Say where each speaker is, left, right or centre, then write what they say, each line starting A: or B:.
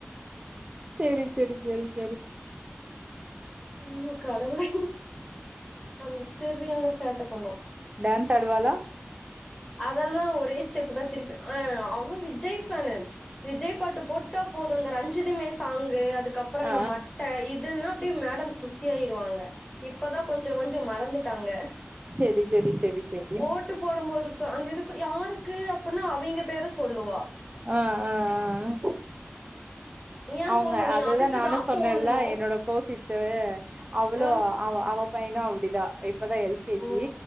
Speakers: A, on the right (about 25°); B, on the left (about 20°).
A: செரி செரி செரி
B: அய்யோ கடவுளே பொண்ணு சரியான சேட்ட பண்ணு
A: டான்ஸ் ஆடுவாளா
B: அதெல்லா ஒரே ஸ்டெப்புதா திருப்பி அ அவ விஜய் ஃபேனு விஜய் பாட்டு போட்டா போது அந்த ரஞ்சிதமே சாங்கு அதுக்கப்புற
A: ஆ.
B: இந்த மட்ட இது இதுன்னா அப்டியே மேடம் குசியாயிருவாங்க இப்பதா கொஞ்சோ கொஞ்சோ மறந்துட்டாங்க
A: செரி செரி செரி செரி
B: ஓட்டு போடும்போதுக்கு அந்த இதுக்கு யாருக்கு அப்டின்னா அவிங்க பேர சொல்லுவா
A: அ அ அ
B: ஏன்
A: அவுங்க
B: போடணும் நீ
A: அததா
B: அதுக்கு
A: நானு
B: தான்
A: சொன்னேன்ல
B: போடணும்
A: என்னோட கோசிஸ்டரு அவ்ளோ
B: ஆ
A: அவ அவ பையனு அப்டிதா இப்பதா எல் கே
B: ஓ
A: ஜி